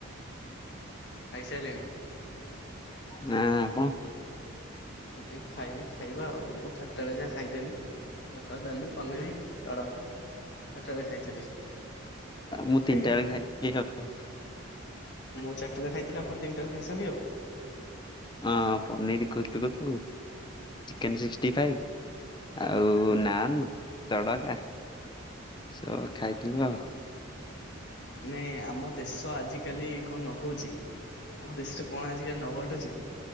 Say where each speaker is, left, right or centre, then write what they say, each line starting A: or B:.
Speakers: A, on the left; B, on the left.
A: ଖାଇସାରିଲେଣି?
B: ହଁ ଆପଣ?
A: ନାଇଁ ଖାଇନି ଖାଇବା ଆଉ ମୁଁ ଚାରଟା ବେଳେ ଯାହା ଖାଇଥିଲି। ଭାତ ଡାଲି ପନିର ତଡକା ସେଠାରେ ଖାଇଥିଲି। ତ
B: ମୁଁ
A: ଖାଇନି
B: ତିନିଟା ବେଳେ ଖାଇଥିଲି ଆଉ
A: ମୁଁ ଚାରଟାରେ ଖାଇଥିଲି ଆପଣ ତିନିଟାରେ ଖାଇଛନ୍ତି ଆଉ
B: ହଁ ପନୀର କୁତୁକୁତୁ, ଚିକେନ୍ ସି କ୍ଟୀଫାଇଭ ଆଉ ନାନ୍ ତଡକା। ସ ଖାଇଥିଲୁ ଆଉ।
A: ମାନେ ଆମ ଦେଶ ଆଜିକାଲି କଣ ନ ହଉଛି? ଆମ ଦେଶରେ କଣ ଆଜିିକାଲି ନଘଟୁଛି।